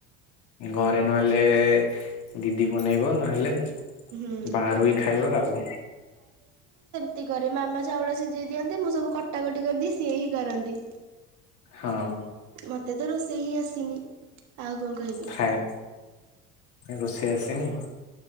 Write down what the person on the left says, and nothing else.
ଘରେ ନହେଲେ ଦିଦି ବନେଇବ ନହେଲେ
ବାହାରୁହି ଖାଇବା ଆଉ।
ହଁ।
ଫ୍ରାଏ ରୋଷେଇ ଆସିନି।